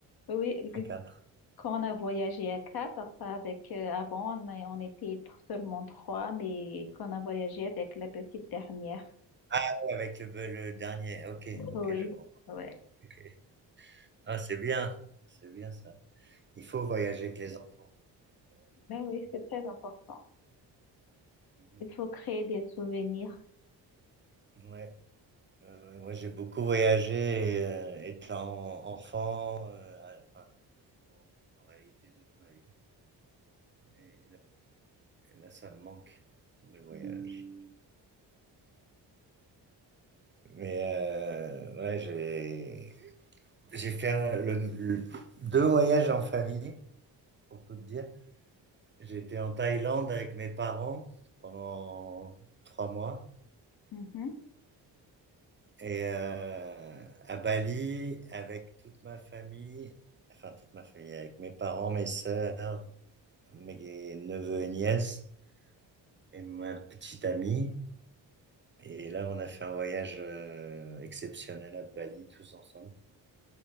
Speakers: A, on the left; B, on the right.
A: Oui, g-
B: à quatre?
A: quand on a voyagé à quatre, pas avec, euh, avant, on, a- on était tr- seulement trois, mais quand on a voyagé avec la petite dernière.
B: Ah, Avec le, le dernier. Ok,
A: Oui,
B: ok, je comprends.
A: ouais.
B: Ok. Ah, c'est bien, c'est bien ça. Il faut voyager avec les enfants. Euh,
A: ben oui,
B: C'est bon.
A: c'est très important.
B: ça. Mhm.
A: Il faut créer des souvenirs.
B: Ouais. Euh, moi, j'ai beaucoup voyagé euh, étant enfant, euh, à- enfin, en en réalité toute ma vie. Et et là, ça me manque, les voyages. Mais euh, ouais, j'ai j'ai fait un- le- le- deux voyages en famille, pour tout te dire. J'étais en Thaïlande avec mes parents pendant trois mois.
A: Mhm.
B: Et euh, à Bali, avec toute ma famille, enfin toute ma famille, avec mes parents, mes sœurs, mes neveux et nièces, et ma petite amie. Et là, on a fait un voyage euh, exceptionnel à Bali, tous ensemble.